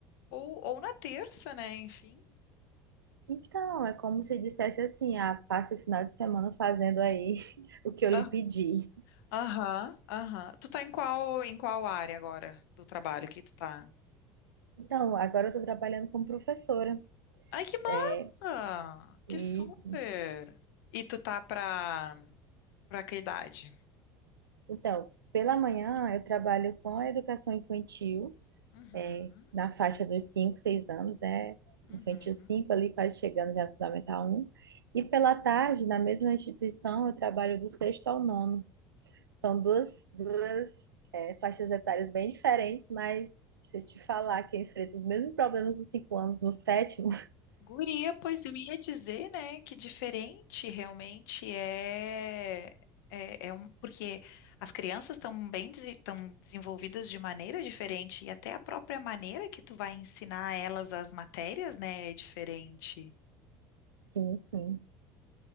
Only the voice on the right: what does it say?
Então, é como se dissesse assim, ah, passe o final de semana fazendo aí <laughs> o que eu
lhe pedi.
Então, agora eu estou trabalhando como professora
é,
Isso.
Então, pela manhã eu trabalho com a educação infantil,
é, na faixa dos 5, 6 anos, né?
Infantil 5 ali quase chegando já no Fundamental um. E pela tarde, na mesma instituição, eu trabalho do sexto ao nono. São duas, duas, é, faixas etárias bem diferentes, mas se eu te falar que eu enfrento os mesmos problemas dos 5 anos no sétimo,
<laughs> sim, sim.